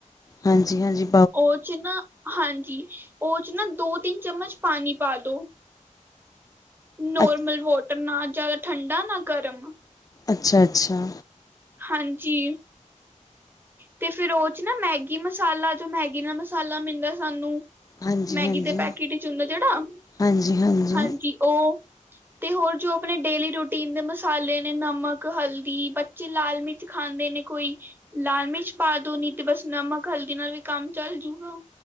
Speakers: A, on the left; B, on the right.
A: ਹਾਂਜੀ-ਹਾਂਜੀ।
B: ਉਹ 'ਚ ਨਾ ਹਾਂਜੀ, ਉਹ'ਚ ਨਾ ਦੋ- ਤਿੰਨ ਚੱਮਚ ਪਾਣੀ ਪਾਦੋ। ਨੋਰਮਲ
A: ਅੱ
B: ਵੋਟਰ ਨਾ ਜਿਆਦਾ ਠੰਡਾ, ਨਾ ਗਰਮ
A: ਅੱਛਾ-ਅੱਛਾ।
B: ਹਾਂਜੀ। ਤੇ ਫਿਰ ਉਹ'ਚ ਨਾ, ਮੈਗੀ ਮਸਾਲਾ, ਜੋ ਮੈਗੀ ਨਾਲ ਮਸਾਲਾ ਮਿਲਦਾ ਸਾਨੂੰ।
A: ਹਾਂਜੀ-ਹਾਂਜੀ,
B: ਮੈਗੀ ਦੇ ਪੈਕੇਟ ਵਿੱਚ ਹੁੰਦਾ ਜਿਹੜਾ,
A: ਹਾਂਜੀ-ਹਾਂਜੀ,
B: ਹਾਂਜੀ, ਉਹ ਤੇ ਹੋਰ ਜੋ, ਆਪਣੇ ਡੇਲੀ ਰੂਟੀਨ ਦੇ ਮਸਾਲੇ ਨੇ, ਨਮਕ, ਹਲਦੀ ਬੱਚੇ ਲਾਲ-ਮਿਰਚ ਖਾਂਦੇ ਨੇ ਕੋਈ। ਲਾਲ ਮਿਰਚ ਪਾਦੋ, ਨੀ ਤੇ ਬਸ ਨਮਕ, ਹਲਦੀ ਨਾਲ ਵੀ ਕੰਮ ਚੱਲ ਜੂਗਾ।